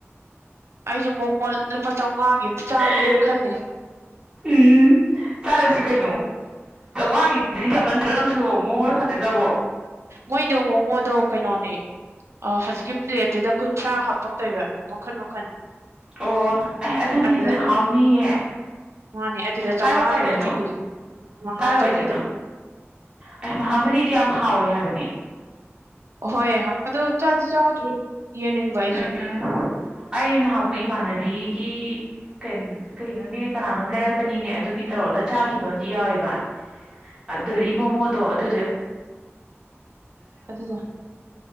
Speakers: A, on the right; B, on the right.
A: ꯑꯩꯁꯨ ꯃꯣꯃꯣ ꯂꯨꯄꯥ ꯆꯥꯝꯃꯉꯥꯒꯤ ꯑꯝꯇ ꯆꯥꯒꯦꯅ
B: ꯑ
A: ꯈꯜꯂꯤ
B: ꯎꯝ ꯆꯔꯁꯤ ꯀꯩꯅꯣ ꯆꯥꯎꯉꯥꯒꯤꯗꯤ ꯌꯥꯝꯃꯟꯗ꯭ꯔꯣ ꯅꯪꯁꯨ ꯃꯣ ꯍꯣꯏ ꯈꯛꯇꯗꯕꯣ
A: ꯃꯣꯏꯗꯣ ꯃꯣꯃꯣꯗꯣ ꯀꯩꯅꯣꯅꯦ ꯑ ꯍꯧꯖꯤꯛꯀꯤ ꯄ꯭ꯂꯦꯠꯇꯨꯗ ꯀꯨꯟꯊ꯭ꯔꯥ ꯍꯥꯞꯄꯛꯇꯣꯏꯕ ꯃꯈꯟ ꯃꯈꯟ
B: ꯑꯣ ꯑꯩ ꯑꯗꯨꯗꯤ
A: ꯑꯗꯨꯗ
B: ꯅꯔꯍꯥꯎꯅꯤꯌꯦ
A: ꯃꯥꯅꯦ ꯑꯗꯨꯗ
B: ꯀꯥꯏ
A: ꯆꯥꯝꯃꯉꯥꯅꯦꯕ
B: ꯋꯥ ꯇꯅꯣ
A: ꯄꯤꯗꯣꯏꯁꯦ ꯃꯍꯥꯕꯂꯤꯗ
B: ꯀꯥꯏ ꯑꯣꯏꯏ ꯇꯅꯣ ꯑꯩ ꯃꯍꯥꯕꯂꯤꯗꯤ ꯌꯥꯝ ꯍꯥꯎꯋꯦ ꯍꯥꯏꯕꯅꯤ
A: ꯍꯣꯏ ꯑꯗꯣ ꯆꯥꯗꯤ ꯆꯥꯗ ꯌꯦꯅꯤꯡ ꯋꯥꯏꯁꯨ
B: ꯎꯝ ꯑꯩ ꯅꯍꯥꯟ ꯑꯃꯨꯛ ꯏꯃꯥꯟꯅꯕꯤ ꯀ ꯀꯩꯅꯣꯅꯦ ꯀꯅꯥꯅꯣꯝ ꯂꯩꯔꯛꯄꯅꯤꯅꯦ ꯑꯗꯨꯒꯤ ꯇꯧꯔꯒ ꯆꯥꯈꯤꯕ ꯑ ꯑꯃꯗꯤ ꯌꯥꯎꯋꯦꯕ ꯑꯗꯨꯗ ꯂꯤꯃꯣ ꯃꯣꯗꯣ ꯑꯗꯨꯗ
A: ꯑꯗꯨꯗ